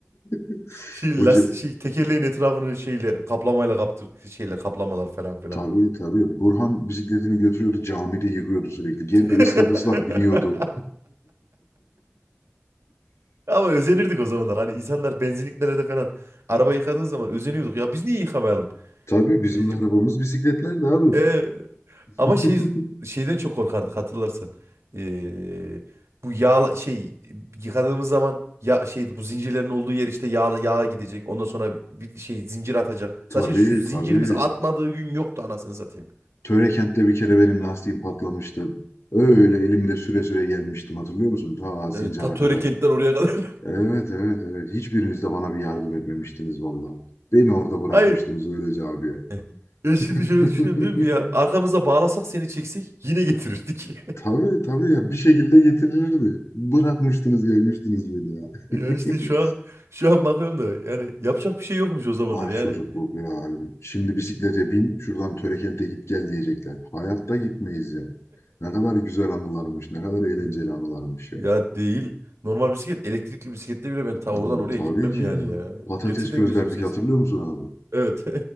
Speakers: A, on the left (about 80°); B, on the right (about 80°).
A: <laughs>
B: Şey,
A: Hoca
B: las şey tekerleğin etrafını şeyle kaplamayla kaptır şeyle kaplamalar falan filan.
A: tabii tabii Burhan bisikletini götürüyordu camide yıkıyordu sürekli. Geri
B: <laughs>
A: de ıslak ıslak biniyordu.
B: Ama özenirdik o zamanlar. Hani insanlar benzinliklerde falan araba yıkadığı zaman özeniyorduk. Ya biz niye yıkamayalım?
A: <laughs> Tabii bizim
B: E,
A: de arabamız bisikletlerdi abi.
B: Ee,
A: <laughs>
B: ama şey şeyden çok korkardık hatırlarsan. Ee, bu yağ şey yıkadığımız zaman ya şey bu zincirlerin olduğu yer işte yağ yağ gidecek. Ondan sonra bir şey zincir atacak.
A: Tabii
B: Zaten şu zincirimiz
A: tabii.
B: atmadığı gün yoktu anasını satayım.
A: Törekent'te bir kere benim lastiğim patlamıştı. Öyle elimde süre süre gelmiştim hatırlıyor musun? Ta Sincan'a
B: Evet Tatöre
A: kadar.
B: kentten oraya kadar.
A: Evet evet evet. Hiçbiriniz de bana bir yardım etmemiştiniz valla. Beni orada bırakmıştınız
B: <laughs> Hayır.
A: öylece abiye.
B: Eh. Ya şimdi
A: <laughs>
B: şöyle düşünüyorum diyorum ki ya arkamıza bağlasak seni çeksek yine getirirdik. <laughs>
A: Tabii tabii ya bir şekilde getirilirdi. Bırakmıştınız gelmiştiniz beni ya.
B: Ya
A: <laughs>
B: işte şu an şu an bakıyorum da yani yapacak bir şey yokmuş o zamanlar
A: Ah
B: yani.
A: çocukluk ya. Şimdi bisiklete bin şuradan Törekent'e git gel diyecekler. Hayatta gitmeyiz ya. Ne kadar güzel anılarmış, ne kadar eğlenceli
B: <laughs>
A: anılarmış ya.
B: Ya değil. Normal bisiklet, elektrikli bisiklette bile ben ta
A: Hmm,
B: oradan oraya
A: tabii
B: gitmem
A: ki
B: yani
A: ya.
B: ya.
A: Patates
B: Gerçekten
A: közlerdik
B: gözüm sesmez.
A: hatırlıyor musun abi?
B: Evet.